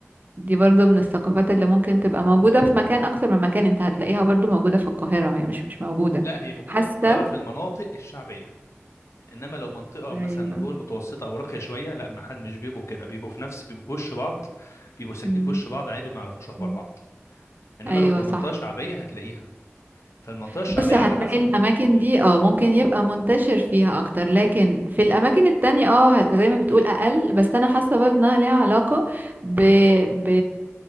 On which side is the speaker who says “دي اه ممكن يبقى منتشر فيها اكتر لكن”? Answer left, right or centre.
Right